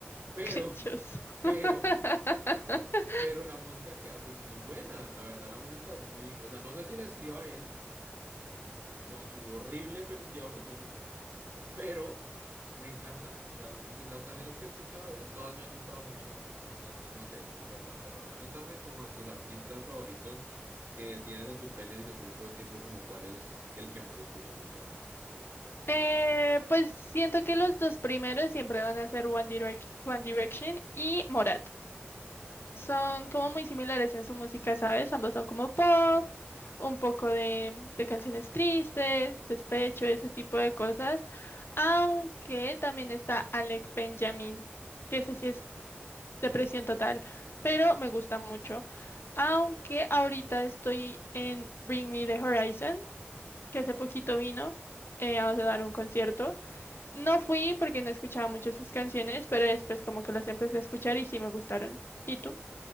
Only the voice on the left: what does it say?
<laughs> crinchoso.
<laughs>
Eh, pues siento que los dos primeros siempre van a ser One Direc- One Direction y Morat. Son como muy similares en su música, ¿sabes? Ambos son como pop, un poco de, de canciones tristes, despecho, ese tipo de cosas. Aunque también está Alec Benjamin, que ese sí es depresión total, pero me gusta mucho. Aunque ahorita estoy en Bring Me the Horizon, que hace poquito vino eh, a dar un concierto. No fui porque no escuchaba mucho sus canciones, pero después como que las empecé a escuchar y sí me gustaron. ¿Y tú?